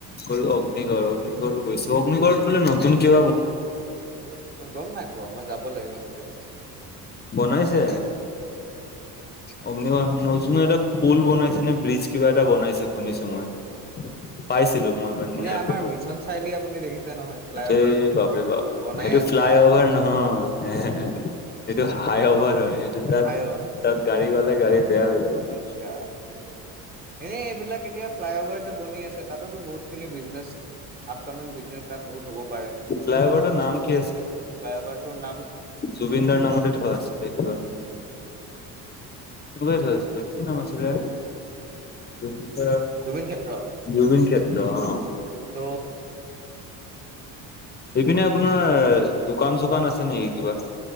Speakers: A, on the left (about 25°); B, on the right (about 25°).
A: গৈ অগ্নিগড় অগ্নিগড়ো গৈছো অগ্নিগড়ত বোলে নতুন কিবা গৈ-
B: গম নাই পোৱা মই যাব লাগিব কিন্তু-
A: বনাইছে অগনিবা নতুন এটা পুল বনাইছে নে ব্ৰিজ- কিবা এটা বনাইছো শুনিছো
B: উম
A: মই। পাইছিলো মই ধুনীয়াকে
B: এনে আমাৰ
A: বহুত
B: মিছন চাৰিআলি আপুনি দেখিছে নহয় ফ্লাই
A: এ
B: অভাৰটো
A: বাপেৰে বাপ।
B: বনাই
A: সেইটো
B: আছে
A: ফ্লাইঅভাৰ
B: যে
A: নহয়। সেইটো হাই অভাৰ হয় সেইটো তাত
B: ফ্লাই
A: তাত গাড়ী গ'লে গাড়ী বেয়া হৈ যাব।
B: আইচ্ছা। এই এইবিলাক এতিয়া ফ্লাইঅভাৰ যে বনি আছে তাতোতো বহুত খিনি বিজনেছ- আপকামিং বিজনেছ তাত বহুত হ'ব পাৰে। ফ্লাইঅবাৰটোৰ
A: ফ্লাই অভাৰটোৰ নাম কি
B: নাম-
A: জুবিনদাৰ নামতে থোৱা আছিলে কিবা।
B: উম
A: সেইটোকে থৈ আছিলে কি নাম আছিলে? জুবিনদা
B: জুবিন ক্ষেত্ৰ
A: জুবিন ক্ষেত্ৰ অঁ'।
B: ত'
A: এইপিনে আপোনাৰ দোকান চোকান আছে নেকি কিবা?